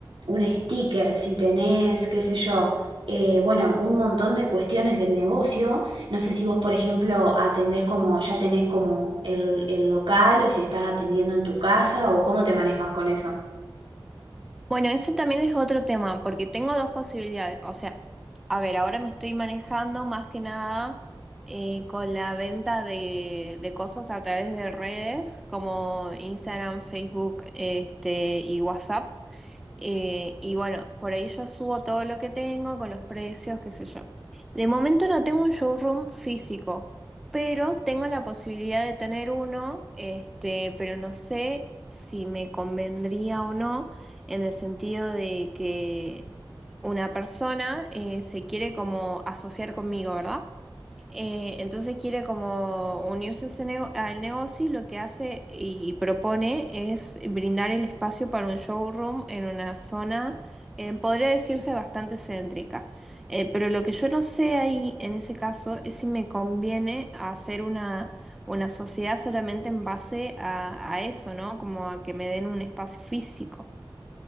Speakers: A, on the right; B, in the centre.
A: un sticker, si tenés, qué sé yo, eh, bueno, un montón de cuestiones del negocio. No sé si vos, por ejemplo, atendés como, ya tenés como el, el local o si estás atendiendo en tu casa o cómo te manejas con eso.
B: Bueno, ese también es otro tema, porque tengo dos posibilidades. O sea, a ver, ahora me estoy manejando más que nada eh, con la venta de, de cosas a través de redes como Instagram, Facebook, este, y WhatsApp. Eh, y bueno, por ahí yo subo todo lo que tengo con los precios, qué sé yo. De momento no tengo un showroom físico, pero tengo la posibilidad de tener uno, este, pero no sé si me convendría o no, en el sentido de que una persona eh, se quiere como asociar conmigo, ¿verdad? Eh, entonces quiere como unirse a ese nego- al negocio y lo que hace y propone es brindar el espacio para un showroom en una zona, eh, podría decirse bastante céntrica. Eh, pero lo que yo no sé ahí en ese caso es si me conviene hacer una, una sociedad solamente en base a, a eso, ¿no? Como a que me den un espacio físico.